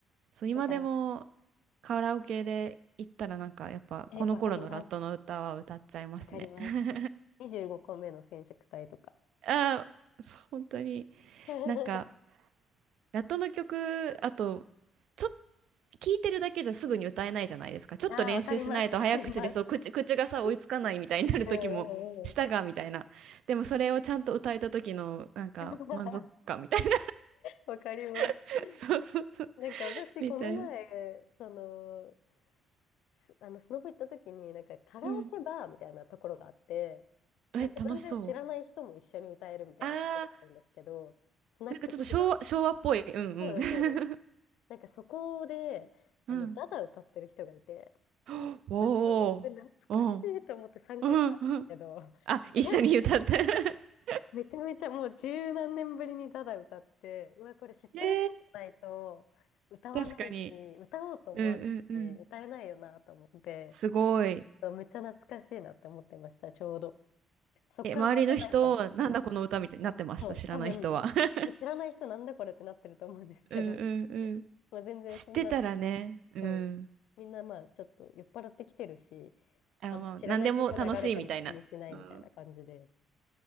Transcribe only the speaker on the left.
だから、
え、わかります。わかります。
25個目の染色体とか。
<laughs>
ああ、わかります。わかります。
<laughs>
うんう
んうん。
<laughs>
わかります。
なんか私、
この前、その、すあの、スノボ行った時に、なんかカラオケバーみたいなところがあって、
なんか全然知らない人も一緒に歌えるみたいなところだったんですけど、
スナック的な、
そうです、そうです。なんかそこで、あの、
ダダ歌ってる人がいて、
ラップの、これ懐かしいと思って参加したんですけど、
<laughs>
めちゃめちゃもう十何年ぶりにただ歌って、うわ、これ知ってる人じゃないと歌わないし、
歌おうと思わないし、
歌えないよなと思って、
めっちゃ懐かしいなって思ってました、ちょうど。そっからまたなんか、
そう、
多分、
多分知らない人なんだこれってなってると思うんですけど、
まあ、全然そんなの、
そうみんなまあちょっと酔っ払ってきてるし、
あんま知らない曲流れても気にしないみたいな感じで、